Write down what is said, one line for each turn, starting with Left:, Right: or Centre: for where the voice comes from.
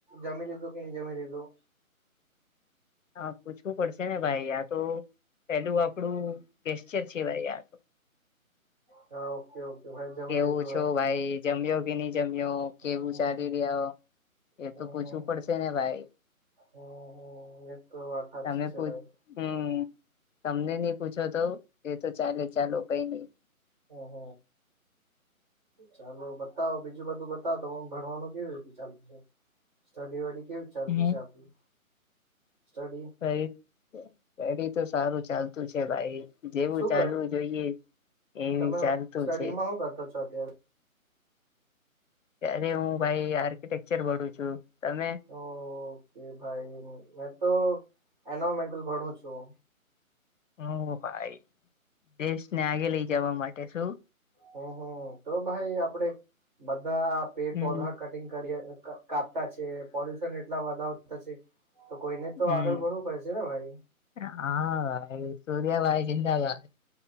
Right: જમી લીધું કે ની જમી લીધું
Left: હા પૂછવું પડશે ને ભાઈ આ તો પેલું આપડું ગેશચર છે, ભાઈ આ તો
Right: હા. ઓકે ઓકે ભાઈ જમી
Left: કેવું
Right: લીધું
Left: છો
Right: હે
Left: ભાઈ જમ્યો કે ની જમ્યો
Right: હમ
Left: કેવું ચાલી રહ્યા એ
Right: હમ
Left: તો પૂછવું
Right: હમ
Left: પડશે ને ભાઈ
Right: હમ હમ એ તો વાત સાચી
Left: તમે
Right: છે
Left: પુ
Right: ભાઈ
Left: હમ તમને ની પૂછો તો એ તો ચાલે ચાલો કઈ ની
Right: હહ ચાલો બતાવો બીજું બધું પણ ભણવાનું કેવી રીતે ચાલતું છે સ્ટડી વડી કેવી ચાલતી
Left: હમ
Right: છે આપડી સ્ટડી.
Left: ફરી પેરી તો સારું ચાલતું છે, ભાઈ જેવું
Right: શું
Left: ચાલવું
Right: કર
Left: જોઈએ એ
Right: તમે
Left: ચાલતું
Right: સ્ટડીમાં
Left: છે.
Right: હું કરતો છો અત્યારે
Left: ત્યારે હું ભાઈ આર્કિટેક્ચર વાળુ જોયુ તમે
Right: ઓકે ભાઈ મેં તો એનોમેન્ટલ ભણું છું.
Left: હ ભાઈ દેશને આગે લઈ જવા માટે શું.
Right: હમ્મ હમ્મ તો ભાઈ આપડે બધા પેડ
Left: હમ
Right: પૌધા કટિંગ કરીએ. કાપતા છે પોલ્યુશન એટલા વધાવતા છે.
Left: હમ્મ
Right: તો કોઈને તો આગળ
Left: હા
Right: ભરવું પડશે ને ભાઈ
Left: ભાઈ સૂર્યાભાઈ જિંદાબાદ